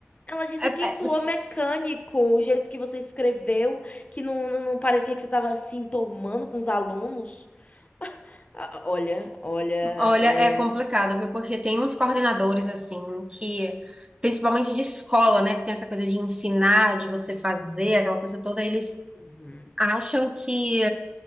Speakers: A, on the left; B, on the right.
A: Ela disse
B: é-
A: que
B: é-
A: suou
B: s-
A: mecânico, o jeito que você escreveu, que não, não, não parecia que você tava se enturmando com os alunos. Ah, olha, olha,
B: olha,
A: é...
B: é complicado, viu, porque tem uns coordenadores, assim, que... Principalmente de escola, né, que tem essa coisa de ensinar, de você fazer, aquela coisa toda, eles
A: Uhum.
B: acham que...